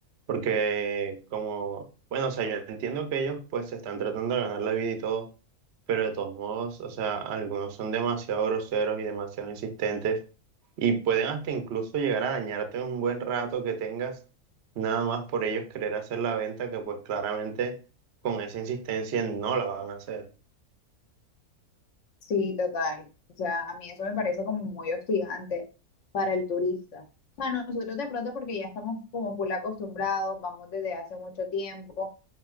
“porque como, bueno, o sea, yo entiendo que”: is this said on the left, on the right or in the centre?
Right